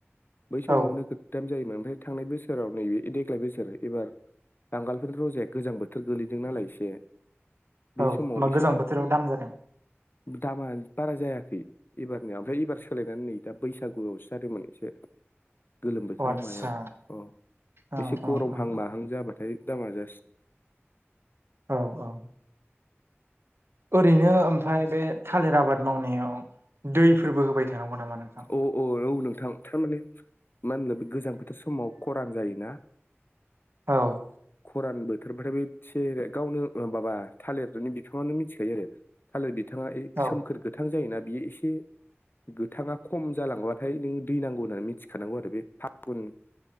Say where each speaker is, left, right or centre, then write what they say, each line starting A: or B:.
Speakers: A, on the left; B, on the right.
A: बै समावनो
B: औ
A: गोगोम जायोमोन ओमफ्राय थांनाय बोसोराव नैबे देग्लाय बोसोर एबार बांगालफोरनि रजाया गोजां बोथोर गोलैदों नालाय एसे बे
B: औ होमबा
A: समाव एसे
B: गोजां बोथोराव दाम जादों
A: दामा बारा जायाखै एबारनियाव ओमफ्राय इबार सोलायनानै नै दा बैसागुआवसो जादोंमोन एसे गोलोम बोथोरहां
B: अ आदसा
A: मायाव अ
B: औ
A: एसे
B: औ
A: गरमहां
B: औ
A: माहां जाबाथाय दामा जासिन
B: औ औ ओरैनो ओमफफाय बे थालिर आबाद मावनायाव दैफोरबो होबाय थानांगौ नामा नोंथां
A: अ औ औ नोंथां थारमाने मा होनो बे गोजां बोथोर समाव खरान जायोना
B: औ
A: खरान बोथोर बाथाय बे गावनो माबा थालिरनि बिफाङानो मिथिखायो आरो। थालिर बिथाङा
B: औ
A: सोमखोर गोथां जायोना बियो एसे गोथाङा खम जालांबाथाय नों दै नांगौ होननानै मिथिखानांगौ आरो बे फागुन